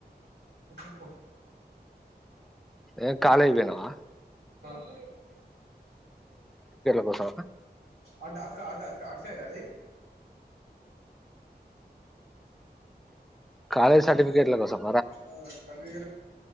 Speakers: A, on the right; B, in the centre.
A: నువ్వు చెప్పు
B: ఏం కాలేజీకు పోయినవ
A: <inaudible>
B: కోసం
A: అంట <unintelligible> అటు సైడా అది
B: కాలేజ సర్టిఫికెట్ల కొసమ
A: ఆ ఒ సర్టీ